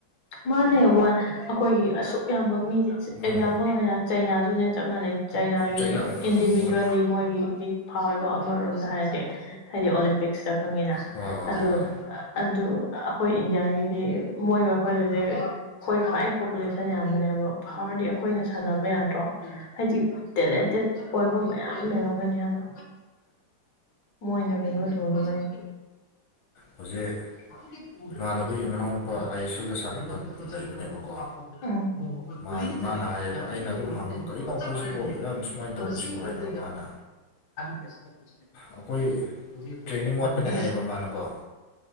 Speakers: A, on the left; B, on the left.
A: ꯃꯥꯅꯦ ꯑꯣ ꯑꯩꯈꯣꯏꯒꯤ ꯑꯁꯨꯛ ꯌꯥꯝꯕ ꯃꯤꯁꯦ
B: ꯎꯝ
A: ꯑꯦꯛꯖꯥꯝꯄꯜꯅ ꯆꯩꯅꯥꯁꯨꯅꯦ ꯆꯠ ꯃꯅ ꯆꯥꯏꯅꯥꯒꯗ
B: ꯆꯩꯅꯥ
A: ꯏꯟꯗꯤ
B: ꯍꯣꯏ ꯍꯣꯏ
A: ꯃꯣꯏꯒꯤꯗꯤ ꯐꯥꯎꯋꯦꯀꯣ ꯑꯃꯔꯣꯝꯗ ꯍꯥꯏꯔꯗꯤ ꯍꯥꯏꯗꯤ ꯑꯣꯂꯦꯝꯄꯤꯛꯁꯇ ꯈꯪꯉꯤꯅ
B: ꯍꯣꯏ
A: ꯑꯗꯨ
B: ꯍꯣꯏ
A: ꯑꯗꯨ ꯑꯩꯈꯣꯏ ꯏꯟꯗꯤꯌꯥꯒꯤꯗꯤ ꯃꯣꯏꯒ ꯑꯩꯈꯣꯏꯒꯁꯦ ꯑꯩꯈꯣꯏ ꯈ꯭ꯋꯥꯏ ꯄꯣꯄꯨꯂꯦꯁꯟ ꯌꯥꯝꯕꯅꯦꯕ ꯐꯥꯎꯔꯗꯤ ꯑꯩꯈꯣꯏꯅ ꯁꯥꯟꯅꯕ ꯌꯥꯗ꯭ꯔꯣ ꯍꯥꯏꯗꯤ ꯇꯦꯂꯦꯟꯇꯦꯠ ꯑꯣꯏꯕ ꯃ ꯂꯩꯔꯝꯒꯅꯤ ꯍꯥꯏꯕ ꯃꯣꯏꯅ ꯀꯔꯤꯣ ꯊꯣꯡꯅꯕꯅꯤ
B: ꯍꯧꯖꯤꯛ
A: ꯒꯤ ꯄꯨꯅꯅꯕꯒꯤ
B: ꯏꯃꯥꯟꯅꯕꯒꯤ ꯃꯅꯥꯎꯅꯨꯄꯥ
A: ꯍꯣꯠꯅꯒꯗ꯭ꯔꯥ
B: ꯑꯥꯏ ꯑꯦꯁ ꯑꯦꯜꯗ ꯁꯥꯟꯅꯕ
A: ꯍꯥꯏꯗꯤ ꯃꯗꯨꯗ ꯑꯩꯈꯣꯏ
B: ꯂꯩꯕꯅꯦꯕꯀꯣ
A: ꯁꯔꯨꯛ ꯀꯣꯟꯗꯅ ꯃꯄꯥꯛ ꯀꯣꯟꯗꯅ ꯅꯣꯡꯃ ꯑꯩꯈꯣꯏ
B: ꯃꯥ
A: ꯀꯨꯂꯤꯒꯤ ꯆꯅꯤꯡ
B: ꯃꯥꯅ ꯍꯥꯏꯌꯦꯕ
A: ꯌꯥꯝ
B: ꯑꯩꯅ
A: ꯄꯤꯉꯒ
B: ꯑꯗꯨꯝ
A: ꯀꯨꯂꯤꯒꯤ
B: ꯍꯪꯕ
A: ꯆꯅꯤꯡꯒ
B: ꯀꯩꯅꯣ ꯑꯩꯈꯣꯏꯁꯤꯕꯨ
A: ꯆꯞ ꯃꯥꯟꯅꯔꯤꯅꯦꯕ
B: ꯌꯥꯝ ꯁꯨꯃꯥꯏꯅ
A: ꯑꯗꯣ
B: ꯇꯧꯕꯁꯤꯕꯨ
A: ꯁꯤ
B: ꯍꯥꯏꯔꯒ
A: ꯒꯤ
B: ꯃꯥꯅ
A: ꯄꯁ ꯑꯗꯨ
B: ꯑꯩꯈꯣꯏ
A: ꯍꯧꯖꯤꯛ ꯍꯧꯖꯤꯛ
B: ꯇ꯭ꯔꯦꯅꯤꯡ
A: ꯑꯩꯅ
B: ꯋꯥꯠꯄꯅꯦ
A: ꯍꯪꯕꯤꯔꯤꯁꯦ
B: ꯍꯥꯏꯌꯦꯕ ꯃꯥꯅꯀꯣ